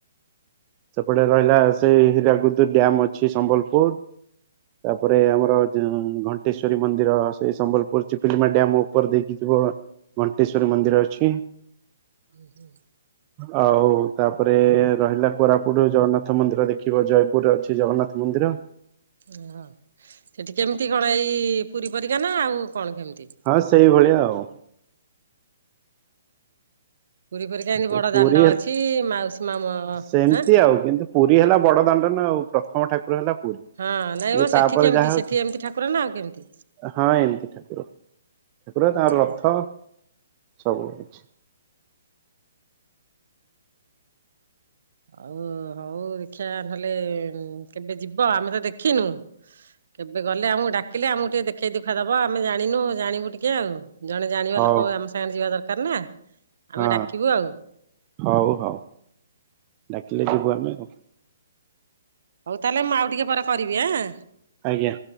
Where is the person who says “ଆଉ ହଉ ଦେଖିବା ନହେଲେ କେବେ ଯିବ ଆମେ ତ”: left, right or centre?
Right